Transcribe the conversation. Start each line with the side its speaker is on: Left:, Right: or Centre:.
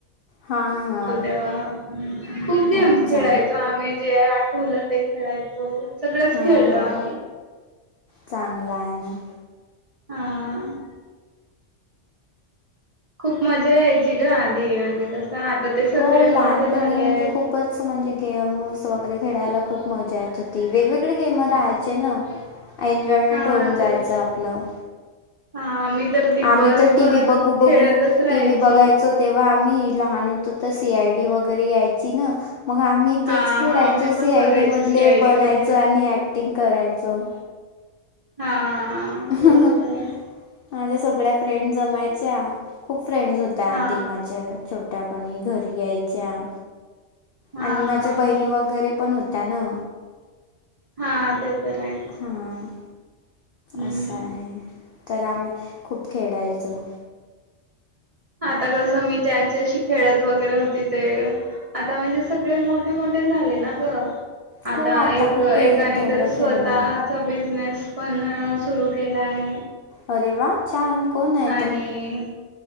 Left: हां हां
Right: तेव्हा खूप गेम्स
Left: अच्छा
Right: खेळायचो आम्ही जे आठवलं ते खेळायचो. सगळंच
Left: हा
Right: खेळलो
Left: हां,
Right: आम्ही.
Left: चांगला आहे ना.
Right: हा. खूप मजा यायची ग आधी म्हणजे कसं आता ते सगळे
Left: हो लहानपणी
Right: मोठे झाले
Left: म्हणजे
Right: आहेत.
Left: खूपच म्हणजे गेमस वगैरे खेळायला खूप मजा येत होती वेगवेगळे गेम राहायचे ना. एन्जॉयमेंट
Right: हा
Left: होऊन जायचं
Right: तेच.
Left: आपलं.
Right: हा, मी तर दिवसभर
Left: आम्ही तर टी व्ही बघू बघू
Right: खेळतच राहायची.
Left: टी व्ही बघायचो तेव्हा आम्ही लहान होतो तर सी आयडी वगैरे यायची ना मग मी तेच
Right: हा
Left: खेळायचो
Right: हा मी पण
Left: सी आय
Right: बघायची
Left: डी मधले
Right: सीआयडी
Left: बनायचो
Right: वगैरे
Left: आणि ॲक्टिंग करायचो.
Right: हा. बरोबर
Left: हा हा,
Right: आहे.
Left: माझ्या सगळ्या फ्रेंड् जमायच्या खूप फ्रेंड्स होत्या. त्या
Right: हा
Left: देमाच्या छोट्यापणी घरी यायच्या.
Right: हा
Left: आणि माझ्या
Right: हा
Left: बहिणी
Right: हा
Left: वगैरे पण होत्या ना.
Right: हा, ते तर आहे.
Left: हां,
Right: हम्म
Left: असं आहे. तर आम्ही खूप खेळायचो.
Right: आता जस मी ज्यांच्याशी खेळत वगैरे होती ते आता म्हणजे सगळे मोठे-मोठे झाले ना ग.
Left: हो
Right: आता
Left: आत्ता
Right: एक
Left: कुठे
Right: एकाने
Left: तेवढं
Right: तर स्वतः
Left: खेळणार
Right: च बिझनेस पण सुरू केला आहे.
Left: अरे वा छान! कोण आहे?
Right: आणि
Left: तो